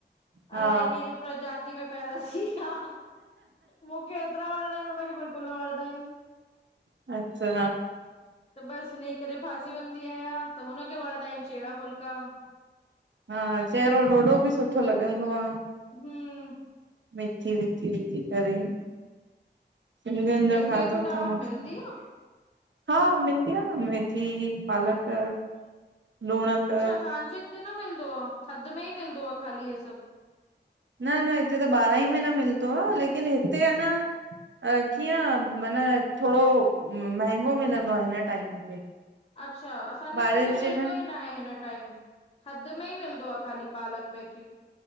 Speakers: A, on the right; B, on the left.
A: हा
B: अलाए केड़ी प्रजाति में पैदा थी। हा, मूंखे एतरा वणदाइन, उनखे बिल्कुल न वणदाइन।
A: अच्छा
B: बस हिनई करे फासी वंदी आहयां, त हुनखे वणंदा आहिन चेड़ा फुलका।
A: हा हा, चहिरो ॾोढो बि सुठो लॻंदो आ।
B: हूं
A: मेथी वेथी, विझी करे। सिंधियुन जो
B: मेथी
A: खाधो
B: वेथी तव्हां
A: त
B: वटि
A: मस्त।
B: मिलदी आ
A: हा, मिलदी आ न, मेथी, पालक लूणक
B: अच्छा, असांजे हिते न मिलदो आ, थधि में ई मिलदो आ, ख़ाली हे सभ।
A: न न, हिते त ॿारहां ई महींना मिलदो आ, लेकिन हिते आ न अ कीअं, मन थोड़ो मंहिंगो मिलंदो आ, हिन टाइम ते।
B: अच्छा, असांजेे
A: बारिश
B: इते त मिलंदो
A: जे टाइम
B: ई नाहे हिन टाइम, थध में ई मिलदो आ, खाली पालक, मेथी